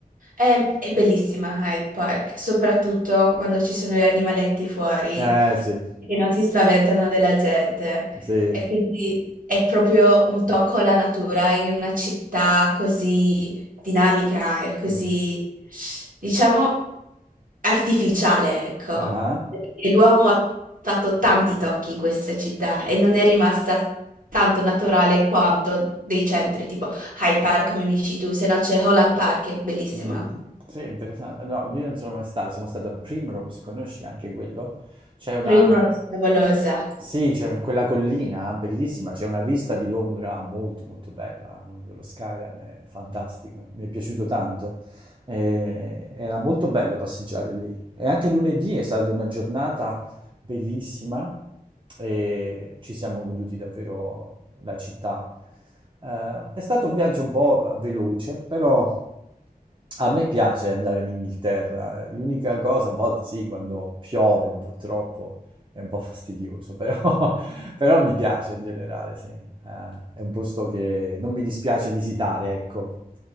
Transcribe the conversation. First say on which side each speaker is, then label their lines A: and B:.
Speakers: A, on the right; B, on the right.
A: È, è bellissima Hyde Park, soprattutto quando ci sono gli animaletti fuori
B: Eh sì,
A: che non si spaventano della gente.
B: sì.
A: E quindi è proprio un tocco alla natura in una città così dinamica e così,
B: Mm.
A: diciamo, artificiale, ecco,
B: Ah.
A: perché l'uomo ha fatto tanti tocchi in queste città e non è rimasta tanto naturale quanto dei centri, tipo Hyde Park, come mi dici tu, se no c'è Holland Park, che è bellissima.
B: Mm. Sì, interessante. No, io non sono mai stato, siamo stati a Primrose, conosci anche quello? C'è una,
A: Primrose, favolosa.
B: sì, c'è una- quella collina bellissima, c'è una vista di Londra molto molto bella, eh, dello skyline, è fantastico, mi è piaciuto tanto. Eh, era molto bello passeggiare lì. E anche lunedì è stata una giornata bellissima e ci siamo goduti davvero la città. Eh, è stato un viaggio un po' eh, veloce, però a me piace andare in Inghilterra. L'unica cosa, a volte sì, quando piove un po' troppo è un po' fastidioso, <laughs> però, però mi piace in generale, sì. Eh, è un posto che non mi dispiace visitare, ecco.